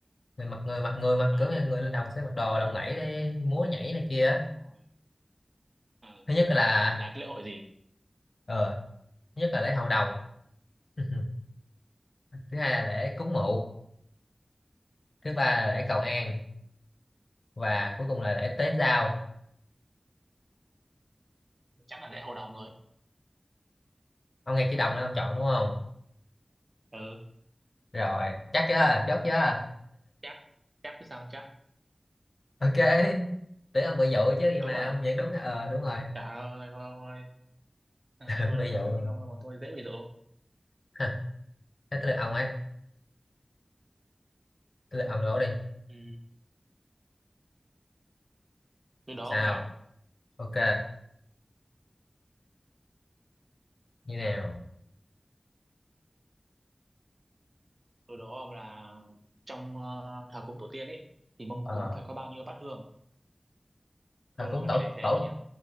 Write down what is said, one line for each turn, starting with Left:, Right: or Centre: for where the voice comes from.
Left: người mặc người mặc người mặc
Right: ờ
Left: kiểu như người lên đồng sẽ mặc đồ lộng lẫy để múa nhảy này kia á.
Right: rồi ờ
Left: thứ nhất là
Right: là cái lễ hội gì
Left: ờ thứ nhất là lễ hầu đồng <laughs> thứ hai là lễ cúng mụ thứ ba là
Right: ừ.
Left: lễ cầu an và cuối cùng là để tế giao
Right: chắc là lễ hội đồng rồi
Left: ông nghe chữ đồng nên ông chọn đúng không
Right: ừ
Left: rồi chắc chưa chốt chưa
Right: chắc chắc chứ sao không chắc
Left: ok tưởng ông bị dụ chứ vậy
Right: đúng
Left: mà
Right: à
Left: ông vẫn đúng ờ đúng rồi
Right: trời ơi thôi thôi à,
Left: <laughs> tưởng
Right: tôi
Left: bị
Right: đâu có
Left: dụ <laughs> rồi.
Right: như ông đâu mà tôi dễ bị dụ
Left: ha thế tới lượt ông ấy tới lượt ông đổ đi
Right: ừ. tôi đố
Left: sao
Right: ông nè
Left: ok như nào
Right: tôi đố ông là trong ờ, thờ cúng tổ tiên ấy thì mâm
Left: ờ
Right: cúng phải có bao nhiêu bát hương
Left: thờ
Right: thôi
Left: cúng
Right: thôi,
Left: tổ
Right: cái này dễ
Left: tổ
Right: quá nhỉ